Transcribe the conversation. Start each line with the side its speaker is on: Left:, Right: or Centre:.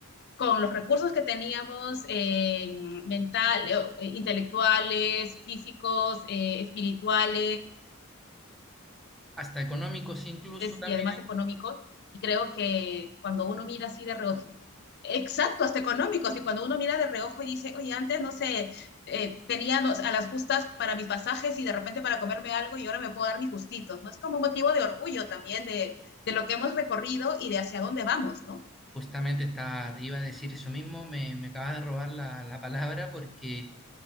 Left: con los recursos que teníamos eh, mental, eh, intelectuales, físicos, eh, espirituales
Centre: Hasta económicos incluso
Left: y
Centre: también
Left: además económicos. Y creo que cuando uno mira así de reojo, exacto, hasta económicos, y cuando uno mira de reojo y dice, oye, antes no sé, eh, tenía no, a las justas para mis pasajes y de repente para comerme algo y ahora me puedo dar mis gustitos, ¿no? Es como un motivo de orgullo también de, de lo que hemos recorrido y de hacia dónde vamos, ¿no?
Centre: Justamente está, te iba a decir eso mismo, me, me acabas de robar la, la palabra porque